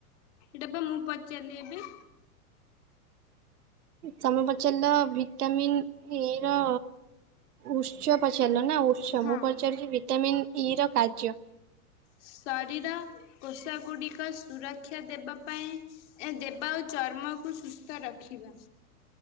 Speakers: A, on the left (about 50°); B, on the right (about 75°).
A: ଏଟା ପା ମୁଁ ପଚାରିଲି ଏବେ।
B: ତୋମେ ପଚାରିଲ ଭିଟାମିିନ୍ ଏ ର ଉତ୍ସ ପଚାରିଲ ନା ଉତ୍ସ,
A: ହଁ।
B: ମୁଁ ପଚାରିଛି ଭିଟାମିିନ୍ ଇ ର କାର୍ଯ୍ୟ।
A: ଶରୀର କୋଷ ଗୁଡିକ ସୁରକ୍ଷା ଦେବା ପାଇଁ ଏ ଦେବା ଉ ଚର୍ମକୁ ସୁସ୍ଥ ରଖିବା।